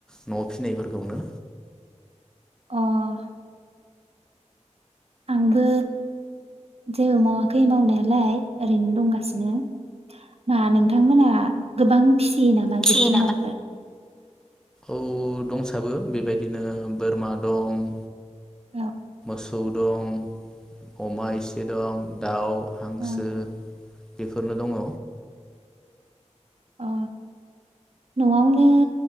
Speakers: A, in the centre; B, on the right (about 55°).
A: न'आव फिसिनायफोरखौनो।
B: अह आंबो जेबो मावाखै मावनायालाय ओरैनो दंगासिनो दा नोंथांमोना गोबां फिस यि नामा
A: फियो
B: जिब जुनारफोर
A: नामा? औ दंसाबो बेबायदिनो बोरमा दं
B: औ
A: सौ दं अमा एसे दं दाव हांसो
B: औ
A: बेफोरनो दंङ
B: अ न'आवनो